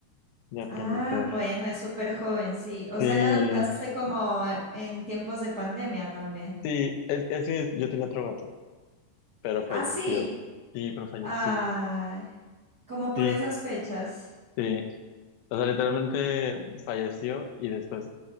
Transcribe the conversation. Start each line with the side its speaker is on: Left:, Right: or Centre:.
Left: Ya
Right: Ah,
Left: penitas.
Right: bueno, es súper joven, sí, o
Left: Sí,
Right: sea, la adoptaste como en tiempos de pandemia también.
Left: sí, es, es que yo tenía otro gato. pero falleció.
Right: Ah, sí.
Left: Sí, pero falleció.
Right: Ay, como por
Left: Sí,
Right: esas fechas.
Left: sí. O sea, literalmente falleció y después